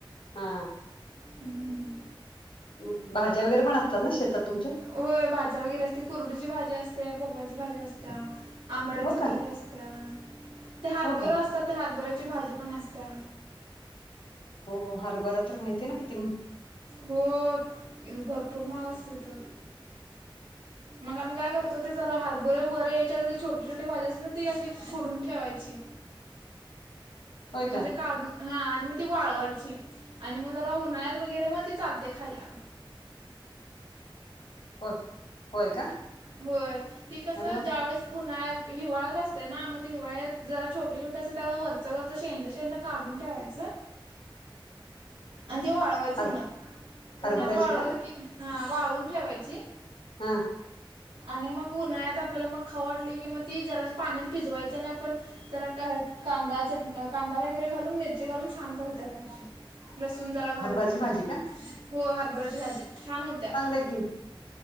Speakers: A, on the left; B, on the right.
A: हा
B: हम्म.
A: म भाज्या वगैरे पण असतात ना शेतात तुमच्या?
B: होय भाज्या वगैरे असते कुरडीची भाजी असते पोकळ्याची भाजी असत्या आंबाड्याची
A: हो
B: भाजी
A: का
B: असते. त्या ते हरबोरा
A: हो का
B: असता त्या हरबोर्याची भाजी पण असत्या.
A: हो हो हरभरा तर माहिती आहे ना किती म
B: हो भरपूर महाग असते तथं मग आम्ही काय करतो ते जरा हरभुरे वरे यायच्या छोटी छोटी भाजी असते ना ती अशी खुडून ठेवायची.
A: होय
B: म्हणजे
A: का
B: काढून हा आणि मग ती वाळवायची आणि मग जरा उन्हाळ्यात वगैरे मग ती चालते खायला.
A: होत. होय का?
B: होय ती कसं
A: अरे वा
B: ज्यावेेळेस उन्हाळ्यात हिवाळ्यात असते ना मग हिवाळ्यात जरा छोटे छोटे असते त्यावर वरच वर शेंड शेंड काढून ठेवायच आणि ते वाळवायचं. च
A: हर
B: उन्हात
A: हरभऱ्याचे
B: उन्हात वाळवलं
A: का
B: की हा वाळवून ठेवायची.
A: हा.
B: आणि मग उन्हाळ्यात आपल्याला मग खाऊ वाटली, की मग ती जरा पाण्यात भिजवायची आणि आपण तर कांदा चट कांदा वगैरे घालून मिरची घालून छान का होत्या भाजी. लसूण जरा घालून
A: हरभराची भाजी का
B: हो हरभराची भाजी छान होते.
A: आलयकी,